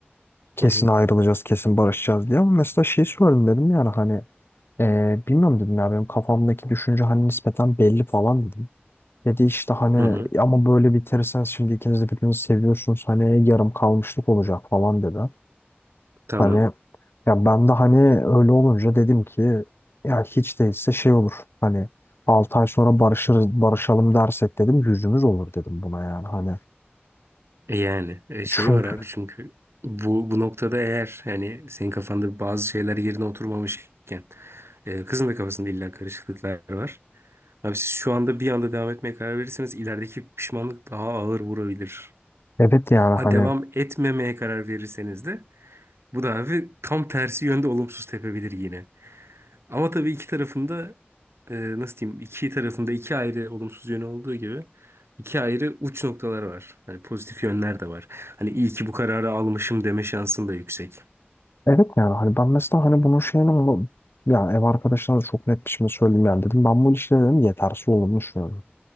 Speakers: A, on the left; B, on the right.
A: kesin
B: Hı hı.
A: ayrılacağız kesin barışacağız diye ama mesela şey söyledim dedim yani hani e, bilmiyorum dedim ya benim kafamdaki düşünce hani nispeten belli falan dedim. Dedi işte hani
B: Hı hı.
A: ama böyle bitirseniz şimdi ikiniz de birbirinizi seviyorsunuz hani yarım kalmışlık olacak falan dedi.
B: Tamam.
A: Hani ya ben de hani öyle olunca dedim ki ya hiç değilse şey olur hani 6 ay sonra barışırız barışalım dersek dedim yüzümüz olur dedim buna yani hani
B: E yani e, şey
A: çünkü
B: var abi çünkü bu bu noktada eğer yani senin kafanda bazı şeyler yerine oturmamışken e, kızın da kafasında illa karışıklıklar var. Abi siz şu anda bir anda devam etmeye karar verirseniz ilerideki pişmanlık daha ağır vurabilir.
A: evet yani
B: Ha
A: hani
B: devam etmemeye karar verirseniz de bu da abi tam tersi yönde olumsuz tepebilir yine. Ama tabii iki tarafında e, nasıl diyeyim iki tarafında iki ayrı olumsuz yönü olduğu gibi iki ayrı uç noktaları var. Hani pozitif yönler de var. Hani iyi ki bu kararı almışım deme şansın da yüksek.
A: evet yani hani ben mesela hani bunun şeyini onu yani ev arkadaşlarına da çok net bir şekilde söyleyeyim yani dedim ben bu ilişkide dedim yetersiz olduğumu düşünüyorum.